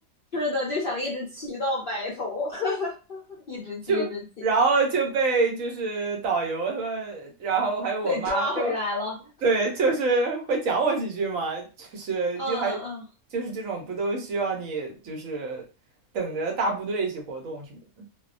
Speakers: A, on the left; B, on the right.
A: 是的，就想一直骑到白头，<laughs> 一直骑，
B: 就然后就被就是导游他们，
A: 一直骑，
B: 然后还有我妈被我
A: 被抓回来了。
B: 对，就是会讲我几句嘛，就是就还
A: 嗯嗯嗯。
B: 就是这种不都需要你就是等着大部队一起活动什么的。